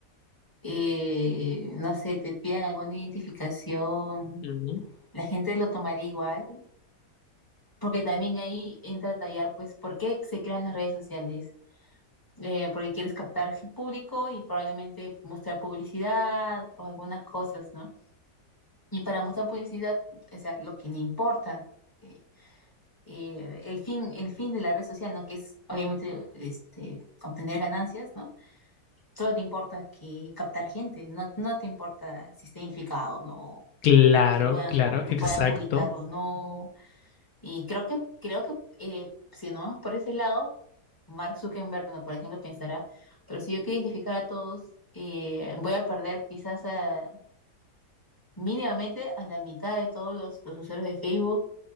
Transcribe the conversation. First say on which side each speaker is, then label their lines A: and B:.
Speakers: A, on the left; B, on the left.
A: eh, no sé, te pidan alguna identificación,
B: Ujú.
A: la gente lo tomaría igual, porque también ahí entra a tallar, pues, ¿por qué se crean las redes sociales? Eh, porque quieres captar gen- público y probablemente mostrar publicidad o algunas cosas, ¿no? Y para mostrar publicidad, o sea, lo que le importa, eh, eh, el fin, el fin de la red social, ¿no? Que es obviamente este, obtener ganancias, ¿no? solo te importa que captar gente, no, no te importa si está identificado o no,
B: Claro,
A: que puedan,
B: claro,
A: que
B: exacto.
A: puedan publicar o no. Y creo que, creo que eh, si no vamos por ese lado, Mark Zuckerberg, no, por ejemplo, pensará, pero si yo quiero identificar a todos, eh, voy a perder quizás a- mínimamente a la mitad de todos los, los usuarios de Facebook